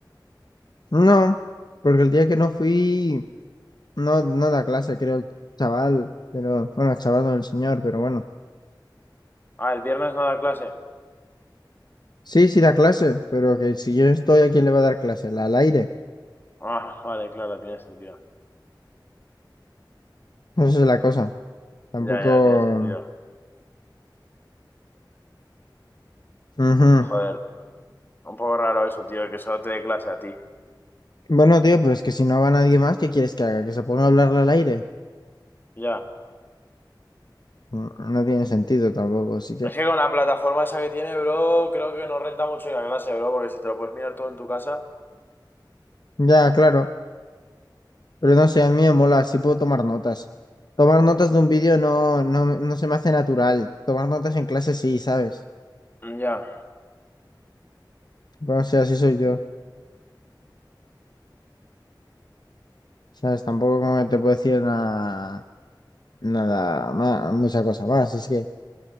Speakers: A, on the left; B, on the left.
A: No, porque el día que no fui, no, no da clase, creo, el chaval, pero bueno, el chaval no el señor, pero bueno.
B: Ah, el viernes no da clase.
A: Sí, sí da clase, pero que si yo estoy, ¿a quién le va a dar clase? ¿La- Al aire.
B: Ah, <laughs> vale, claro, tiene sentido.
A: Esa es la cosa. Tampoco...
B: Ya, ya, tiene sentido.
A: ujú.
B: Joder, un poco raro eso, tío, que solo te dé clase a ti.
A: Bueno, tío, pero es que si no va nadie más, ¿qué quieres que haga? ¿Que se ponga a hablarle al aire?
B: Ya.
A: Mm, No tiene sentido tampoco, así que...
B: Es que con la plataforma esa que tiene, bro, creo que no renta mucho ir a clase, bro, porque si te lo puedes mirar todo en tu casa.
A: Ya, claro. Pero no sé, a mí me mola, sí puedo tomar notas. Tomar notas de un vídeo no, no, me- no se me hace natural. Tomar notas en clase sí, ¿sabes?
B: mm, Ya,
A: Bueno, o sea, así soy yo. ¿Sabes? Tampoco como que te puedo decir nada, nada más, mucha cosa más. Es que,